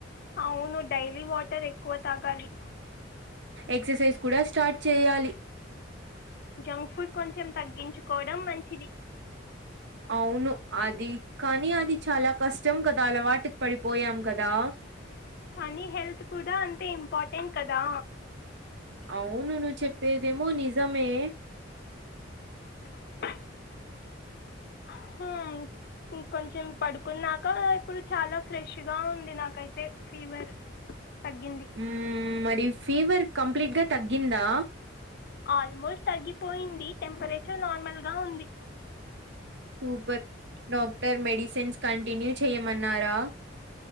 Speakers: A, on the left; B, on the right.
A: అవును డైలీ వాటర్ ఎక్కువ తాగాలి
B: ఎక్ససైస్ కూడా స్టార్ట్ చేయ్యాలి
A: జంక్ ఫుడ్ కొంచెం తగ్గించుకోవడం మంచిది
B: అవును అది కానీ అది చాలా కష్టం కదా అలవాటుకు పడిపోయాం కదా
A: కానీ హెల్త్ కూడా అంతే ఇంపార్టెంట్ కదా
B: అవును నువ్ చెప్పేదేమో నిజమే
A: హా ఇంకొంచెం పడుకున్నాకా ఇప్పుడు చాలా ఫ్రెష్ గా ఉంది నాకైతే ఫీవర్ తగ్గింది
B: మ్ మరి ఫీవర్ కంప్లీట్ గా తగ్గిందా
A: ఆల్మోస్ట్ తగ్గిపోయింది టెంపరేచర్ నార్మల్ గా ఉంది
B: సూపర్ డాక్టర్ మెడిసిన్స్ కంటిన్యు చెయమన్నారా